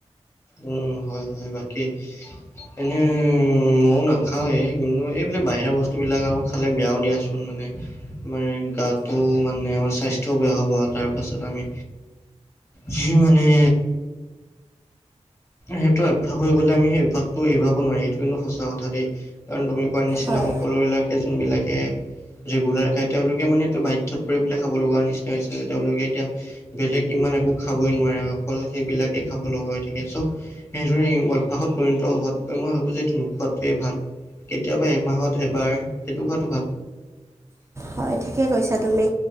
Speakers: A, on the left; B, on the right.
A: উম হয় হয়। বাকী এনেই মও নাখাৱেই কিন্তু এইবিলাক বাহিৰা বস্তুবিলাক আৱ খালে বেয়াও দিয়াচোন মানে আমাৰ গাটো মানে আমাৰ স্বাস্থ্যও বেয়া হ'ব তাৰপাছত আমি যিমানে সেইটো অভ্যাস হৈ গ'লে আমি সেই অভ্যাসটো এৰুৱাব নোৱাৰি সেইটো কিন্তু সঁচা কথা দেই। কাৰণ তুমি কোৱা নিচিনা
B: হয়
A: সকলোবিলাকে যোনবিলাকে ৰেগুলাৰ খাই তেওঁলোকে মানে এইটো বাধ্যত পৰি পেলাই খাব লগা নিচিনাই হৈছে। তেওঁলোকে এতিয়া বেলেগ ইমান একো খাবই নোৱাৰে অকল সেইবিলাকে খাব লগা হৈ থাকে। চ' সেইদৰেই অভ্যাসত পৰিণত হোৱাতকৈ মই ভাবোঁ যে এইটো নোখোৱাতোৱেই ভাল। কেতিয়াবা এমাহত এবাৰ সেইটো খোৱাটো ভাল।
B: হয় ঠিকে কৈছা তুমি।